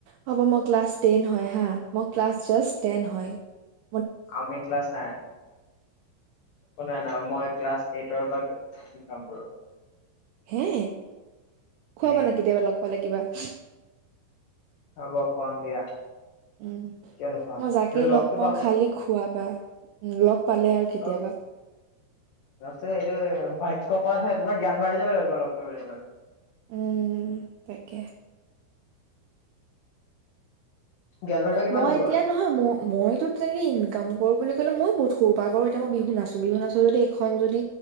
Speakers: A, on the right; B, on the left.
A: হ'ব মই ক্লাছ টেন হয় হা মই ক্লাছ জাষ্ট টেন হয় ।
B: আমি ক্লাছ নাই কোনোই নাই মই ক্লাছ এইটৰ পৰা । ইনকাম কৰো
A: হে? খোৱাবা
B: হে
A: না কেতিয়াবা লগ পালে কিবা। <inaudible>
B: হ'ব খুৱাম দিয়া।
A: উম,
B: কিয় নুখুৱাম,
A: মই যাকে
B: লগতো
A: লগ পাও খালি খোৱাবা। উম লগ পালে আৰু কেতিয়াবা
B: <unintelligible> আছে ইটো পাই তোমাৰ ঠাইত তোমাৰ জ্ঞান ভাৰতী যাব লাগিব তোমাক লগ কৰিবলে মই।
A: উম, তাকে।
B: জ্ঞান ভাৰতীৰ পৰা কিমান
A: মই
B: দূৰ
A: এতিয়া
B: ঘৰ?
A: নহয়, ম-মইতো তেনেকে ইনকাম কৰো বুলি ক'লে মইও বহুত সৰু পৰা কৰো, এতিয়া মই বিহু নাচো, বিহু নাচো যদি এইখন যদি